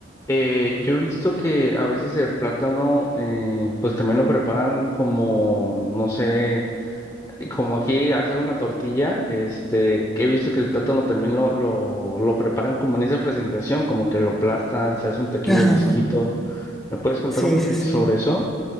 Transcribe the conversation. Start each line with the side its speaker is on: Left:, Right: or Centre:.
Left: eh, yo he visto que a veces el plátano, eh, pues también lo preparan como, no sé, como aquí hacer una tortilla, este, que he visto que el plátano también lo, lo, lo preparan como en esa presentación, como que lo aplastan, se hace un pequeño
Centre: Ajá.
Left: disquito. ¿Me puedes contar
Centre: Sí,
Left: un poquito
Centre: sí, sí.
Left: sobre eso?